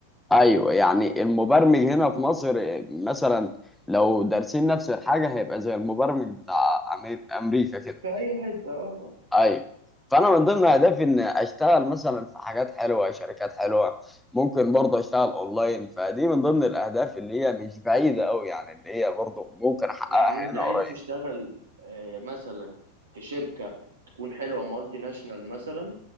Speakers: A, in the centre; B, on the right.
A: ايوه يعني المبرمج هنا
B: مظبوط
A: في مصر مثلا لو دارسين نفس الحاجه هيبقى زي المبرمج بتاع أمير- امريكا كده
B: في أي حتة اه آه.
A: ايوه فانا من ضمن اهدافي
B: مم.
A: ان اشتغل مثلا في حاجات حلوه شركات حلوه ممكن برضه اشتغل اونلاين فدي من ضمن الاهداف اللي هي مش بعيده قوي يعني اللي هي برضه ممكن احققها
B: يعني أنت
A: هنا
B: عايز
A: قريب
B: تشتغل آه، مثلا في شركة تكون حلوة مالتي ناشونال مثلا